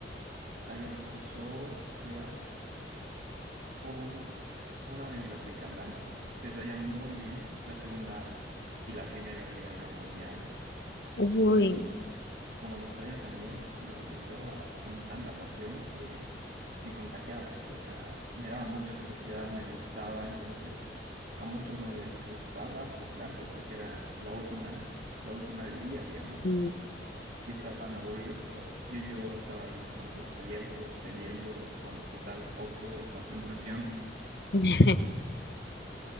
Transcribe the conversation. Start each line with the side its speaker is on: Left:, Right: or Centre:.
Right: había un profesor que era un- una biblioteca andante. Se desarrolla muy bien la Segunda y la Primera Guerra Mundiales.
Left: uy,
Right: Y como lo sabía también, lo explicaba con tanta pasión que me contagiaba eso. O sea, me daba mucha curiosidad, me gustaba. Entonces, a muchos no les gustaba su clase porque era la última, la última del día, digamos.
Left: sí.
Right: Entonces, ya estaban aburridos, pero yo, yo estaba ahí con los ojos abiertos, atendiendo con total foco y concentración.
Left: <laughs>